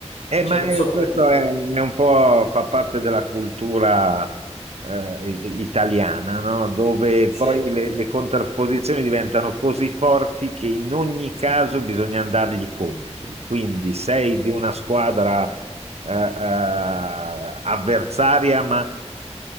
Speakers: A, on the right; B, on the left.
A: Eh,
B: Cioè,
A: ma
B: non
A: è-
B: so come
A: questo
B: la vedi tu.
A: è, è un po' fa parte della cultura eh, i- italiana, no? Dove
B: Sì,
A: poi le, le contrapposizioni diventano così forti che in ogni caso bisogna andargli contro. Quindi sei di una squadra eh, eh, avversaria, ma